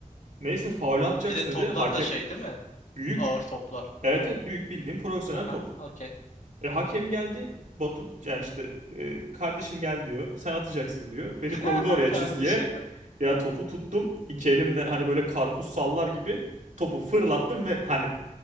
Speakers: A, on the right; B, on the left.
A: Neyse faul atacaksın
B: Bir de
A: dedi.
B: toplar
A: Hakem
B: da şey değil mi?
A: büyük.
B: Ağır toplar.
A: Evet evet büyük bildiğim profesyonel
B: Aha,
A: top.
B: okey.
A: E, hakem geldi. Batu yani işte e, kardeşim gel diyor. Sen atacaksın diyor. Beni
B: <laughs>
A: koydu oraya
B: Kardeşim.
A: çizgiye. Ya topu tuttum. İki elimle hani böyle karpuz sallar gibi topu fırlattım ve hani